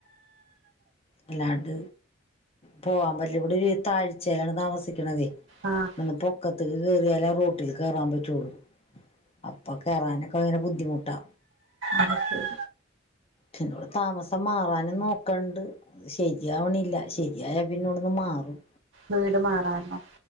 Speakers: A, on the left (about 30°); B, on the right (about 70°).
A: അല്ലാണ്ട് പോവൻ പറ്റില്ല ഇവിടൊരു താഴ്ചേലാണ് താമസിക്കണത് ഇവിട്ന്ന്
B: ആഹ് ആഹ്
A: പൊക്ക ത്ത്ക്ക് കേറിയാല റോട്ടിൽ കേറാൻ പറ്റുള്ളൂ. അപ്പോ കേറാനൊക്കെ ഭയങ്കര ബുദ്ധിമുട്ടാ.
B: അത് ശരി
A: പിന്നവിടെ താമസം മാറാനും നോക്കണ്ട്. ശെരിയാവണില്ല ശെരിയായ പിന്നിവിടുന് മാറും.
B: വീട് മാറാനോ